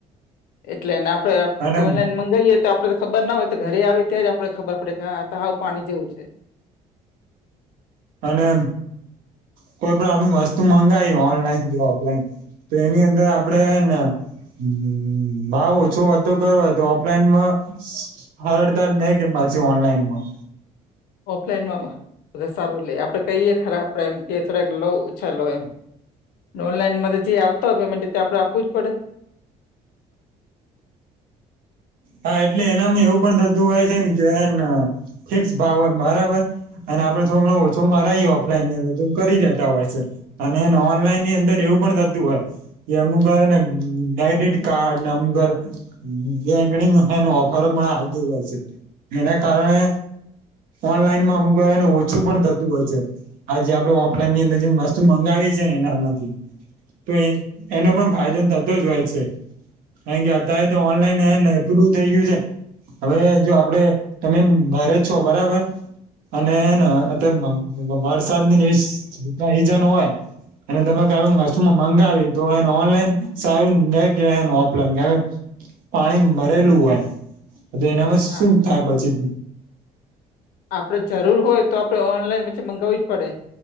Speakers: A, on the left; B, on the right.
A: એટલે આપડે
B: અને
A: તો ઓનલાઈન મંગાવીએ તો આપડે તો ખબર ના હોય. ઘરે આવે ત્યારે આપણે ખબર પડે કે આ હાવ પાણી જેવું છે.
B: અને કોઈ પણ આપ વસ્તુ મંગાવી ઓનલાઈન કે ઓફલાઈન તો એની અંદર આપડે હેને હ ભાવ ઓછો વધતો કરવો હોય તો ઓફલાઈનમાં સ હરડ ત નહી કે પછી ઓનલાઈન માં.
A: ઓફલાઈનમાં સારું લે આપડે કહીએ ખરા આપડે એમ કે થડાક લો ઓછા લો એમ. ઓનલાઈન મા જે આવતા હોય પેમેન્ટ તે આપડે આપવું જ પડે.
B: હા એટલે એનામાં એવું પણ થતું હોય છે ને કે ફિક્સ ભાવ હોય બરાબર અને આપડે થોડો ઘણો ઓછો કરાઈએ ઓફલાઈન ની અંદર તો કરી દેતા હોય છે. અને ઓનલાઈનની અંદર એવું પણ થતું હોય. કે અમુક વાર હને ક્રેડિટ કાર્ડને અમુક વાર બેંક ગણી ઓફરો પણ આવતી હોય છે એના કારણે ઓનલાઈનમાં અમુક વાર એને ઓછું પણ થતું હોય છે. હ જેે આપણે ઓફલાઈન ની અંદર જે વસ્તુ મંગાવી છે ને એનામાંથી. તો
A: હમ
B: એનો પણ ફાયદો થતો જ હોય છે કારણ કે અત્યારે
A: હમ
B: તો ઓનલાઈન હેને. એટડુ થઈ ગયું છે હવે જો આપડે તમે ઘરે જ છો બરાબર અને
A: હમ
B: હન અતારે વરસાદ ની સિઝન હોય અને તમે કોઈ વસ્તુમાં મંગાવી તો એને ઓનલાઈન સારું રે કે ઓફલાઈન? પાણી ભરેલું હોય તો એનામાં
A: હા
B: શું થાય પછી.
A: આપડે જરૂર હોય તો આપડે ઓનલાઈન પછી મગાવવી જ પડે.